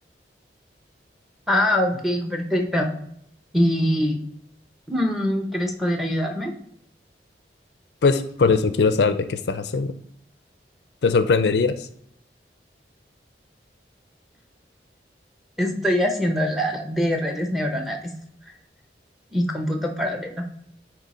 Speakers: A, in the centre; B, on the left (about 70°).
A: Ah, ok, perfecto. ¿Y mm, quieres poder ayudarme?
B: Pues por eso quiero saber de qué estás haciendo. Te sorprenderías.
A: Estoy haciendo la de redes neuronales y cómputo paralelo.